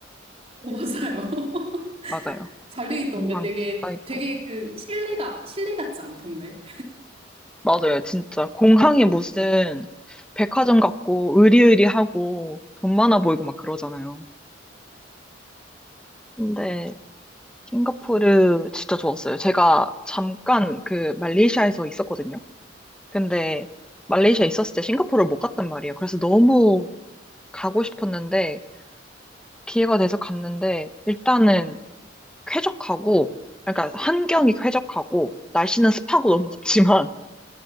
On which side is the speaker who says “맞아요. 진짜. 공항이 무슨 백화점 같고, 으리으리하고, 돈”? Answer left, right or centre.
Centre